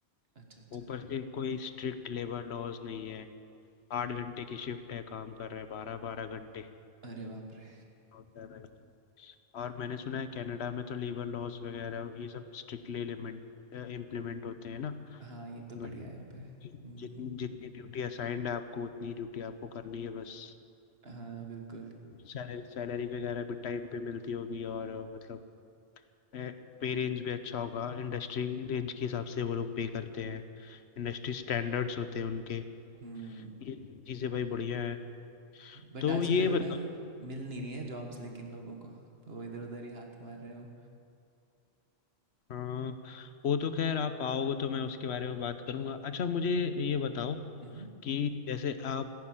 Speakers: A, on the right (about 65°); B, on the left (about 75°).
A: अच्छा अच्छा
B: ऊपर से कोई स्ट्रिक्ट लेबर लॉज नहीं है आठ घंटे की शिफ्ट है काम कर रहे हैं बारह बारह घंटे
A: अरे बाप रे
B: होता है भाई और मैंने सुना है कनाडा में तो लेबर लॉज वगैरह ये सब स्ट्रिक्टली इम्प्लीमेंट होते हैं ना
A: हाँ ये तो बढ़िया
B: मतलब
A: है यहाँ पे हम्म
B: जितनी जितनी ड्यूटी असाइंड है आपको उतनी ड्यूटी आपको करनी है बस
A: हाँ बिल्कुल
B: सैलरी सैलरी वगैरह भी टाइम पे मिलती होगी और अ, मतलब पे रेंज भी अच्छा होगा इंडस्ट्री रेंज के हिसाब से वो लोग पे करते हैं इंडस्ट्री स्टैंडर्ड्स होते हैं उनके
A: हम्म
B: ये चीज़ें भाई बढ़िया है
A: बट
B: तो
A: आजकल
B: ये बताओ
A: ना मिल नहीं रही है जॉब्स लेकिन लोगों को तो इधर उधर ही हाथ मार रहे हो
B: हाँ वो तो खैर आप आओगे तो मैं उसके बारे में बात करूंगा अच्छा मुझे ये बताओ
A: हम्म
B: कि जैसे आप